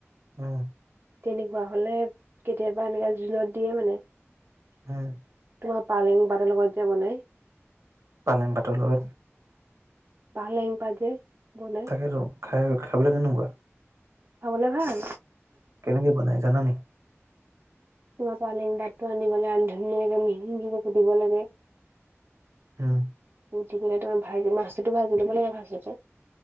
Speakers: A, on the right; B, on the right.
A: উম
B: তেনেকুৱা হলে কেতিয়াবা এনেকা জোলত দিয়ে মানে
A: উম
B: তোমাৰ পালেং পাতৰ লগত যে বনাই।
A: পালেং পাতৰ লগত।
B: পালেং পাত যে। বনাই
A: তাকে ত খাই খাবলে কেনেকুৱা
B: খাবলে ভাল
A: কেনেকে বনাই জানা নি
B: ওৱা পালেং <unintelligible> আনিবলে আন ধুনীয়াকে মিহি মিহিকে কুতিব লাগে।
A: উম
B: উঠি কিনে তোমাৰ ভাজি মাছটো ভাজি লব লাগে ফাষ্টতে